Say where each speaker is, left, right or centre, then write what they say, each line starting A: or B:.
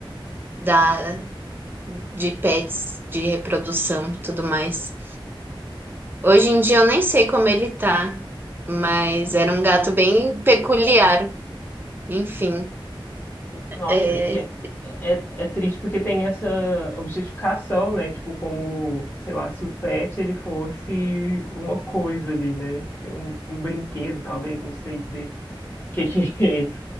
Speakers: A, on the right; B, on the left.
A: da, de pets, de reprodução e tudo mais. Hoje em dia eu nem sei como ele tá, mas era um gato bem peculiar. Enfim,
B: Nossa,
A: é,
B: e é, é, é triste porque tem essa objetificação, né? Tipo, como, sei lá, se o pet ele fosse uma coisa ali, né? Um, um brinquedo, talvez, não sei dizer o que que